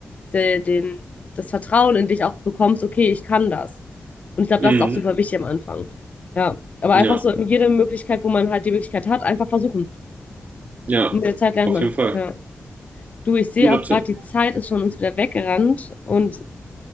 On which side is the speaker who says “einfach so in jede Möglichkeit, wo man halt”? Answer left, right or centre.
Left